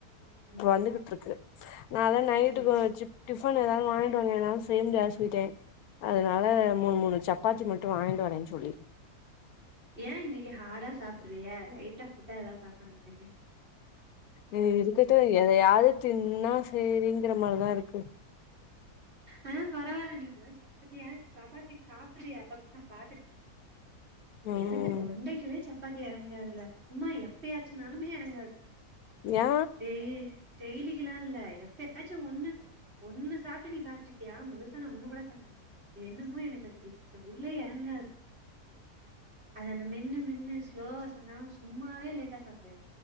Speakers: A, on the right; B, on the left.
A: ம்
B: வந்துகுட்ருக்கு நா அதா நைட்டுகு
A: சேரி சேரி
B: சிப் டிஃபன் எதாது வாய்ங்கிட்டு வந்தினாலு செய்ய முடியாது சொல்ட்டே அதுனால மூணு மூணு சப்பாத்தி மட்டு வாய்ண்டு வரேன் சொல்லிருக்
A: ஏன் இன்னைக்கி ஹாடா சாப்புறீக லைட்டா ஃபுட்டா ஏதாவது சாப்புட வேண்டியது தானே
B: இது இருக்கட்டு எதையாவது
A: இருக்கு
B: தின்னா சேரிங்கிற மார் தா இருக்கு <inaudible>
A: ஆனா பரவால்ல நீங்கனா சப்பாத்தியா சப்பாத்தி சாப்புரிய அப்பப்ப நா பாத்துருக்
B: ம்
A: எனக்கு தொண்டைகுள்ளே சப்பாத்தி எறங்காதுல சும்மா எப்பயாச்சுனாலுமே எறங்காது
B: ஏ
A: டெய் டெய்லிக்கலா இல்ல எப்பயாச்சு ஒண்ணு ஒண்ணு சாப்புட்டு நீ பாத்திருக்கியா முழுசானா ஒன்னு கூட சாப்புட மாட்டே அது என்னமோ எனக்கு அது உள்ள எறங்காது அது அந்த மென்னு மென்னு ஸ்லோவா சொன்னா சும்மாவே லேட்டா சாப்டு